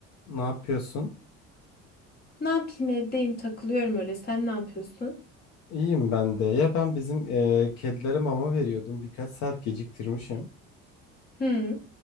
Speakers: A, on the left; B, on the left.
A: Ne yapıyorsun?
B: Ne yapayım evdeyim takılıyorum öyle. Sen ne yapıyorsun?
A: İyiyim ben de. Ya ben bizim eee kedilere mama veriyordum. Birkaç saat geciktirmişim.
B: Hı.